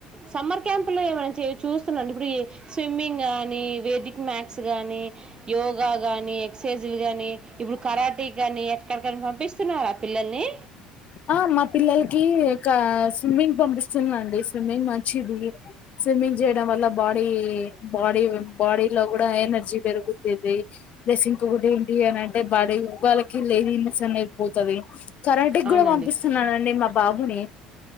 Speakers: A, on the right (about 30°); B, on the left (about 50°).
A: సమ్మర్ క్యాంపులు ఏమైన చూ అసల్ రండి గుడి ఏచ్ స్విమ్మింగ్ ఆనిల్.. వేదిక్ మ్యాత్స్ గాని యోగా గాని ఎక్సర్సైజ్లు గాని ఇప్పుడు కరాటీీ గాని ఎక్కడికన్నా పంపిస్తున్నారా పిల్లల్ని
B: ఆ మా పిల్లలకి కా స్విమ్మింగ్ పంపిస్తుందిండి స్విమ్మింగ్ మంచిది స్విమ్మింగ్ చేయడం వల్ల బాడీ... బాడీ బాడీ లో కూడా ఎనర్జీ పెరుగుతుది ప్లస్ ఇంకోకటి ఏంటి అనంటే పది రూపాయిలకి లేది ఇన్నెస్ అనే పోతది కరాటే
A: అవునండి
B: పంపిస్తున్నానండి మా బాబుని.